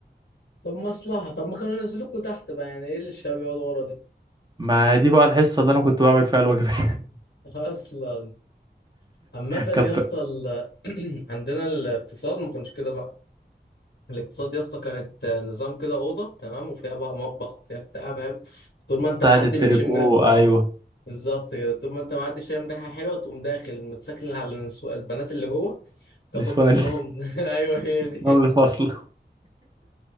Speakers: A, on the left; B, on the right.
A: طب مصلحة طب ما كانوا ينزلوكوا تحت بقى يعني إيه اللي الشباب يقعدوا ورا دي؟
B: ما دي بقى الحصة اللي انا كنت بعمل فيها الواجبات <laughs>
A: <laughs> أصلا عامة يا
B: كان في...
A: اسطى ال- <clears throat> عندنا الاقتصاد ما كانش كده بقى الاقتصاد يا اسطى كانت آه، نظام كده اوضه تمام وفيها بقى مطبخ وفيها بتاع فاهم طول ما انت
B: بتاعت
A: معدي
B: التريكو
A: بتشم ري- اه
B: ايوه
A: بالظبط كده طول ما انت معدي شامم ريحه حلوه تقوم داخل متسكن على النسوان- البنات اللي جوه تاخد
B: نسوان
A: منهم <laughs> ايوه هي دي
B: نعمل الفصل